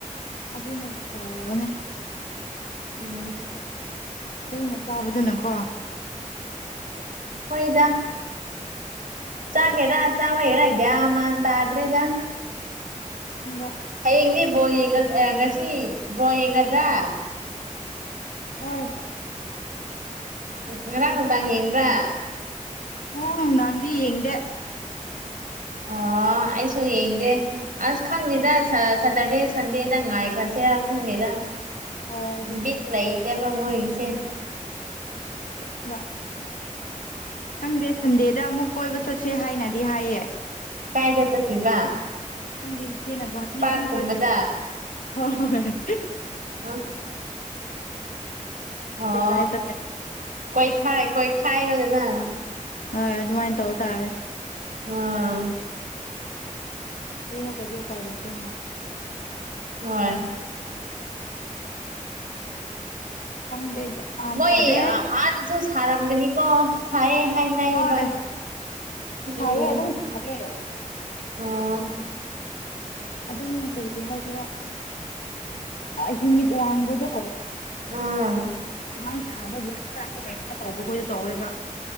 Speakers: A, on the left; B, on the right.
A: ꯑꯗꯨꯅ ꯐꯔꯕꯅꯦ
B: ꯎꯝ
A: ꯊꯩꯅ ꯆꯥꯕꯗꯨꯅꯀꯣ
B: ꯍꯣꯏꯗ ꯆꯥꯒꯦꯔ ꯆꯔꯣꯏꯔ ꯒꯌꯥꯟ ꯃꯟ ꯇꯥꯗꯨ꯭ꯔꯦꯗ
A: ꯃꯥ
B: ꯍꯌꯦꯡꯗꯤ ꯕꯣꯡꯒ ꯉꯁꯤ ꯕꯣꯜ ꯌꯦꯡꯒꯗ꯭ꯔꯥ
A: ꯍꯣꯏ
B: ꯎ ꯉꯔꯥꯡ ꯅꯨꯡꯗꯥꯥꯡ
A: ꯈꯪꯗꯦ
B: ꯌꯦꯡꯕ꯭ꯔꯥ
A: ꯉꯔꯥꯡ ꯅꯨꯡꯗꯥꯡꯗꯤ ꯌꯦꯡꯗꯦ
B: ꯑꯣ ꯑꯩꯁꯨ ꯌꯦꯡꯗꯦ ꯑꯁ ꯈꯪꯗꯦꯗ ꯁꯦꯇꯔꯗꯦ ꯁꯟꯗꯦꯗ ꯉꯥꯏꯈ꯭ꯔꯁꯦꯔ ꯈꯪꯗꯦꯗ
A: ꯍꯣꯏ ꯑꯗꯨꯅꯤ
B: ꯕꯤꯠ ꯂꯩꯇꯦꯗ ꯃꯣꯏꯒꯤꯁꯦ
A: ꯑꯦꯕꯥ ꯈꯪꯗꯦ ꯁꯟꯗꯦꯗ ꯑꯃꯨꯛ ꯀꯣꯏꯕ ꯆꯠꯁꯦ ꯍꯥꯏꯅꯗꯤ ꯍꯥꯏꯌꯦ
B: ꯀꯥꯏꯗ ꯆꯠꯇꯣꯏꯕ
A: ꯈꯪꯗꯤ ꯏꯆꯦꯅ ꯒꯨꯍꯥꯇꯤꯗ
B: ꯄꯥꯔꯛꯀꯨꯝꯕꯗ
A: ꯑꯗꯨꯝ ꯀꯣꯏꯕ ꯍꯣꯏ ꯍꯣꯏꯣꯏ
B: ꯑ ꯑꯣ
A: ꯀꯥꯏ ꯆꯠꯀꯅꯤ
B: ꯀꯣꯏ ꯊꯥꯏ ꯀꯣꯏ ꯈꯥꯏꯔꯣꯗꯅ
A: ꯍꯣꯏ ꯑꯗꯨꯃꯥꯏꯅ ꯇꯧ ꯇꯥꯔꯦ
B: ꯎꯝ
A: ꯇꯨꯅ ꯇꯗꯤ ꯎ ꯄꯥꯏ ꯂꯩꯇꯦꯅ
B: ꯍꯣꯏ
A: ꯈꯪꯗꯦ ꯒ꯭ꯌꯥꯟ ꯃꯥꯟ
B: ꯃꯣꯏ
A: ꯇꯥꯗꯦ
B: ꯑꯥꯗꯖꯨ ꯁꯔꯥꯝꯒꯅꯤ ꯀꯣ ꯁꯥꯏꯌꯦ ꯍꯥꯏꯅꯕ
A: ꯍꯣꯏ
B: ꯎꯝ
A: ꯁꯥꯏꯌꯦ ꯑꯗꯨꯝ ꯁꯥꯏꯌꯦ
B: ꯑꯥ
A: ꯑꯗꯨꯝ ꯀꯔꯤ ꯍꯥꯏꯒꯦꯔꯥ ꯍ꯭ꯌꯨꯃꯤꯠ ꯋꯥꯡꯕꯗꯣ
B: ꯎꯝ
A: ꯑꯗꯨꯃꯥꯏꯅ ꯁꯥꯕꯒꯤ ꯍꯛꯆꯥꯡꯗ ꯀꯩꯅꯣꯝꯃ ꯇꯧꯕꯈꯣꯏꯗ ꯇꯧꯋꯦꯕ